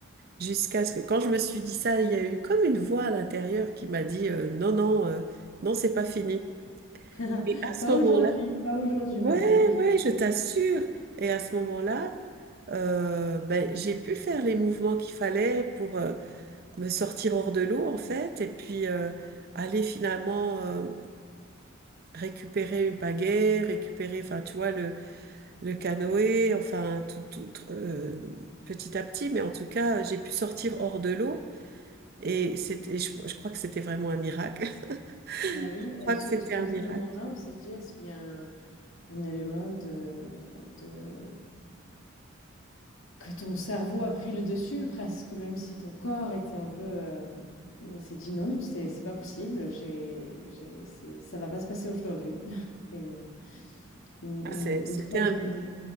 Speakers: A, on the right (about 50°); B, on the left (about 85°).
A: Jusqu'à ce que, quand je me suis dit ça, il y a eu comme une voix à l'intérieur qui m'a dit, euh, non, non, euh, non, c'est pas fini.
B: <laughs>
A: Et à ce
B: Pas
A: moment-là,
B: aujourd'hui, pas aujourd'hui,
A: ouais,
B: ma belle.
A: ouais, je t'assure. Et à ce moment-là, euh, ben, j'ai pu faire les mouvements qu'il fallait pour, euh, me sortir hors de l'eau en fait, et puis euh, aller finalement euh, récupérer une pagaie, récupérer, enfin tu vois, le, le canoë, enfin tout, tout, euh, petit à petit, mais en tout cas, j'ai pu sortir hors de l'eau et, c'était- et je, je crois que c'était vraiment un miracle. <laughs>
B: Bah oui,
A: Je crois
B: et so-
A: que c'était
B: dans
A: un miracle.
B: ces moments-là, on se dit, est-ce qu'il y a un, un élément de, de, que ton cerveau a pris le dessus presque, même si ton corps était un peu... euh, mais il s'est dit non, c'est c'est pas possible, j'ai, j'ai, c'est, ça va pas se passer aujourd'hui. <laughs> Et euh, une, une,
A: Ah, c'est- C'était
B: une troisième,
A: un,